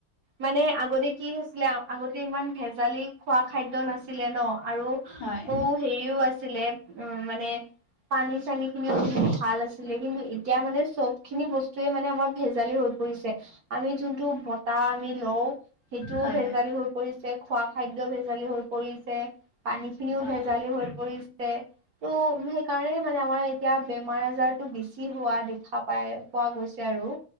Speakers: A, on the right; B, on the left.
A: মানে আগতে কি হৈছিলে আগতে ইমান ভেজালি খোৱা খাদ্য নাছিলে ন' আৰু
B: হয়
A: উম, হেৰিও আছিলে উম, মানে পানী-চানীখিনিও ভাল আছিলে কিন্তু এতিয়া মানে চবখিনি বস্তুয়ে মানে আমাৰ ভেজালি হৈ পৰিছে, আমি যোনটো বতাহ আমি লওঁ সেইটোও
B: হয়
A: ভেজালি হৈ পৰিছে। খোৱা খাদ্য ভেজালি হৈ পৰিছে, পানীখিনিও
B: হয়
A: ভেজালি হৈ পৰিছে। ত' সেইকাৰণে মানে আমাৰ এতিয়া বেমাৰ আজাৰতটো বেছি হোৱা দেখা পাই পোৱা গৈছে আৰু।